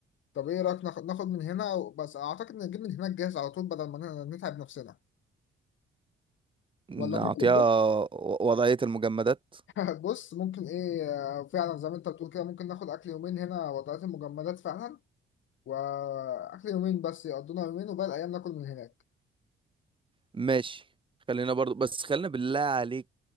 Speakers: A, on the left; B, on the right.
A: طب ايه رايك ناخد ناخد من هنا بس اعتقد نجيب من هناك جاهز على طول بدل ما ن- نتعب نفسنا
B: نعطيها
A: ولا ممكن
B: و- وضعية المجمدات
A: <laughs> بص ممكن ايه آه، فعلا زي ما انت بتقول كده ممكن ناخد اكل يومين هنا وضعات المجمدات فعلا واكل يومين بس يقضونا يومين وباقي الايام ناكل من هناك
B: ماشي خلينا برضو بس خلينا بالله عليك